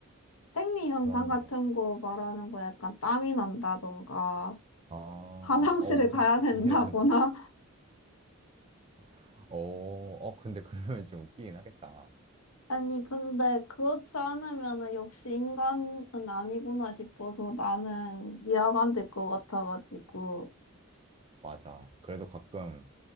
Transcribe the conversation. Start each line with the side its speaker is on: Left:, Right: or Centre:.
Left: 생리현상
Right: 그런
Left: 같은
Right: 거.
Left: 거 말하는 거 약간 땀이 난다던가,
Right: 아, 어,
Left: <laughs> 화장실을
Right: 엄청
Left: 가야
Right: 디테일하네.
Left: 된다거나. <laughs>
Right: <laughs> 어, 어, 근데 그러면 좀 웃기긴 하겠다.
Left: 아니, 근데 그렇지 않으면은 역시 인간은 아니구나 싶어서 나는 이해감 될 것 같아가지고.
Right: 맞아. 그래도 가끔